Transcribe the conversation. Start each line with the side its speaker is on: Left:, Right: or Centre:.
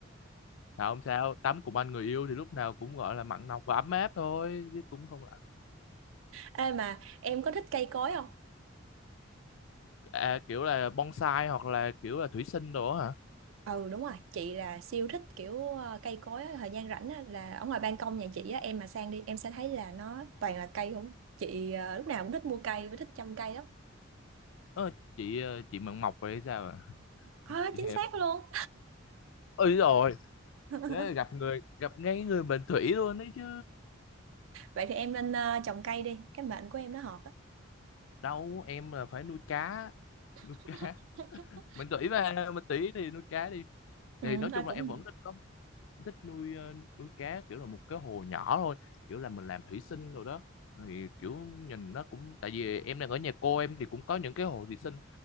Left: sao không sao tắm cùng anh người yêu thì lúc nào cũng gọi là mặn nồng và ấm áp thôi chứ cũng không là
Right: Ê mà em có thích cây cối không?
Left: à, kiểu là bonsai hoặc là kiểu là thủy sinh đồ á hả
Right: ừ đúng rồi chị là siêu thích kiểu ờ, cây cối á, thời gian rảnh á, là ở ngoài ban công nhà chị á em mà sang đi em sẽ thấy là nó toàn là cây không á. chị ờ, lúc nào cũng thích mua cây và thích chăm cây lắm
Left: ờ, chị ờ, chị mận mọc vậy sao à?
Right: à,
Left: Chị
Right: chính xác luôn
Left: ừ rồi
Right: <laughs>
Left: thế là gặp người gặp ngay người mệnh thủy luôn đấy chứ
Right: vậy thì em nên ờ, trồng cây đi cái mệnh của em nó hợp á
Left: đâu em là phải nuôi cá nuôi
Right: <laughs>
Left: cá mệnh thủy mà mệnh thủy thì nuôi cá đi
Right: ừ,
Left: thì nói
Right: thôi
Left: chung là
Right: cũng
Left: em vẫn thích có thích nuôi ờ, nuôi cá kiểu là một cái hồ nhỏ thôi kiểu là mình làm thủy sinh rồi đó thì kiểu nhìn nó cũng tại vì em đang ở nhà cô em thì cũng có những cái hồ thủy sinh